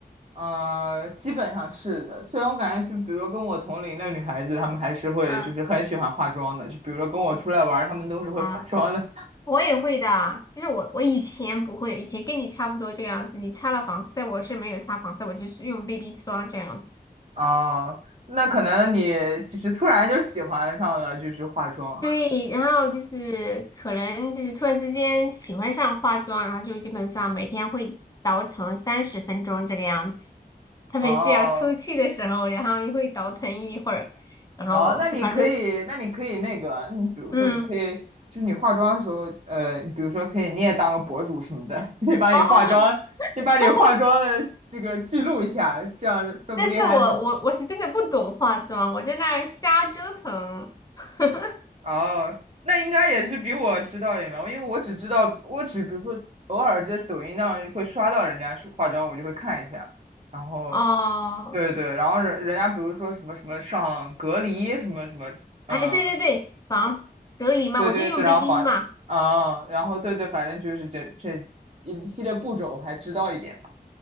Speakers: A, on the right; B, on the left.
A: 呃，基本上是的。虽然我感觉，就比如说跟我同龄的女孩子，她们还是会就是很喜欢化妆的。
B: 嗯
A: 就比如说跟我出来玩儿她们都是会化妆的。
B: 啊，我也会的啊，就是我我以前不会，以前跟你差不多这样子，你擦了防晒，我是没有擦防晒，我就是用 BB 霜这样子。
A: <laughs> 哦，那可能你就是突然就喜欢上了，就是化妆。
B: 对，然后就是可能就是突然之间喜欢上化妆，然后就基本上每天会倒腾三十分钟这个样子，
A: <laughs>
B: 特别是要出去的时候，
A: 哦，
B: 然后又会倒腾一会儿，然后就反正
A: 哦，那你可以，那你可以那个，你比如说，
B: 嗯
A: 你可以就是你化妆的时候，呃，比如说可以你也当个博主什么的，<laughs> 你把你化妆，
B: 哦，<laughs>
A: 你把你化妆的这个记录一下，这样说不定还能。
B: 但是我我我是真的不懂化妆，我在那儿瞎折腾。<laughs>
A: 哦，那应该也是比我知道也没有，因为我只知道，我只比如说偶尔在抖音上会刷到人家说化妆，我就会看一下，然后
B: 哦，
A: 对对，然后人人家比如说什么什么上隔离什么什么，嗯，
B: 哎，对对对，防隔离嘛，
A: 对对对，
B: 我就用
A: 然后反啊，
B: BB 嘛，
A: 然后对对，反正就是这这一系列步骤我还知道一点吧，